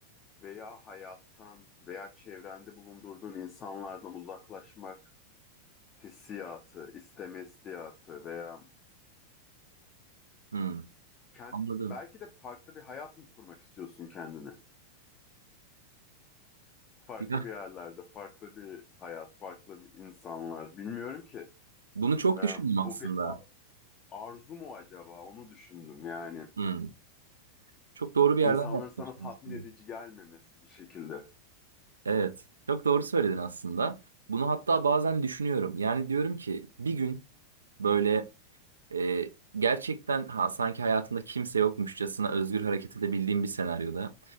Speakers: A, on the left (about 30°); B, on the right (about 70°).
A: veya hayattan veya çevrende bulundurduğun insanlardan uzaklaşmak hissiyatı, isteme hissiyatı veya
B: Hmm,
A: kend-
B: anladım.
A: belki de farklı bir hayat mı kurmak istiyorsun kendine? Farklı
B: Ya,
A: bir yerlerde, farklı bir hayat, farklı bir insanlar. Bilmiyorum ki.
B: bunu çok
A: Ee,
B: düşündüm
A: bu
B: aslında.
A: bir arzu mu acaba? Onu düşündüm yani.
B: Hmm, çok doğru bir yerden
A: İnsanların
B: yaklaştın
A: sana tatmin
B: aslında.
A: edici gelmemesi bir şekilde.
B: Evet, çok doğru söyledin aslında. Bunu hatta bazen düşünüyorum. Yani diyorum ki bir gün böyle Ee, gerçekten ha, sanki hayatımda kimse yokmuşçasına özgür hareket edebildiğim bir senaryoda.